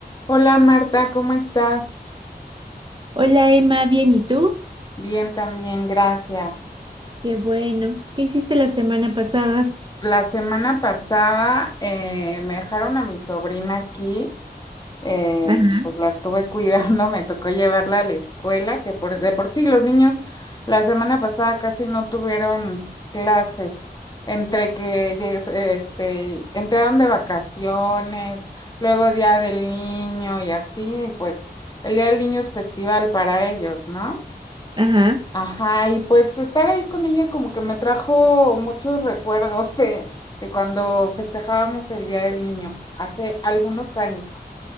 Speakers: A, on the left; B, on the right.
A: Hola Marta, ¿cómo estás?
B: Hola Emma, bien, ¿y tú?
A: Bien también, gracias.
B: Qué bueno. ¿Qué hiciste la semana pasada?
A: La semana pasada eh, me dejaron a mi sobrina aquí, eh,
B: Ajá,
A: pues la estuve cuidando, <laughs> me tocó llevarla a la escuela, que por, de por sí los niños la semana pasada casi no tuvieron clase, entre que llegues- este, entraron de vacaciones, luego Día del Niño y así, pues el Día del Niño es festival para ellos, ¿no?
B: ajá.
A: Ajá, y pues estar ahí con ella como que me trajo muchos recuerdos eh, de cuando festejábamos el Día del Niño, hace algunos años.